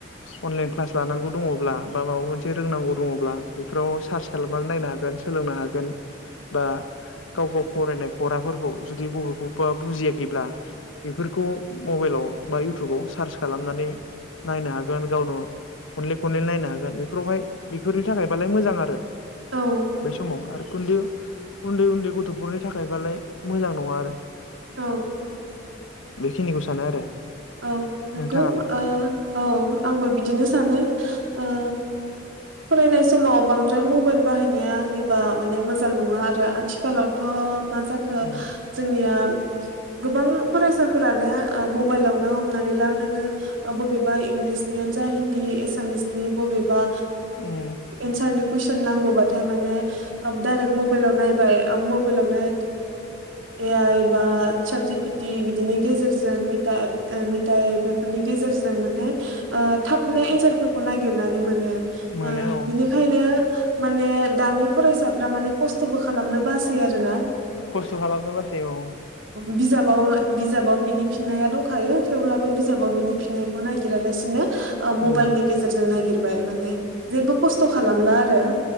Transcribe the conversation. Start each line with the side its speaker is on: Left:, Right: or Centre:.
Left: अनलाइन क्लास लानांगौ दङब्ला बा माबा मोनसे। रोंनांगौ दङब्ला बेफोराव सार्च खालामनानै नायनो हागोन सोलोंनो हागोन बा गाव गाव फरायनाय फराफोरखौ जुदि बबेखौबा बुजियाखैब्ला बेफोरखौ मबाइलाव बा इउटुबाव सार्च खालामनानै नायनो हागोन गावनो खनले खनले नायनो हागोन बे बेफोरावहाय बेफोरनि थाखायबालाय मोजां आरो
Right: औ
Left: बे समाव आरो उन्दै उन्दै उन्दै गथ'फोरनि थाखायबालाय मोजां नङा आरो।
Right: औ।
Left: बेखिनिखौ सानो आरो।
Right: औ नंगौ
Left: नोंथाङालाय
Right: औ आंबो बिदिनो। सानो ओ फरायनाय समाव बांद्राय मबाइल बाहायनाया आंनिबा माने मोजां नङा आरो आथिखालावथ' मा जाखो
Left: उम
Right: जोंनिया। गोबां फरायसाफोरानो मबाइलावनो हमनानै ला नोङो बबेबा इंलिसनियानो जा हिन्दी एसामिसनि बबेबा
Left: उम
Right: एन्सारनि कुइसन नांगौबा। नाथाय माने डाइरेक्ट मबाइलाव नायबाय मबाइलावनो ए आइ बा सार जिपिटि बिदिनि गेजेरजों मिथा मिथा एप बेफोरनि गेजेरजों माने थाबनो एन्सारफोरखौ नागिरनानै मोनो। ओ
Left: मोनो औ
Right: बिनिखायनो। माने दानि फरायसाफ्रा माने खस्थ'बो खालामनो बासै आरो ना।
Left: खस्थ' खालामनो बासै औ।
Right: बिजाबाव बिजाबाव बिनि फिननाय आरो दंखायो थेवब्लाबो। बिजाबाआव बिनि फिननायखौ नागिरालासिनो मबाइलनि
Left: उम
Right: गेजेरजों नागिर माने। जेबो खस्थ' खालामला आरो।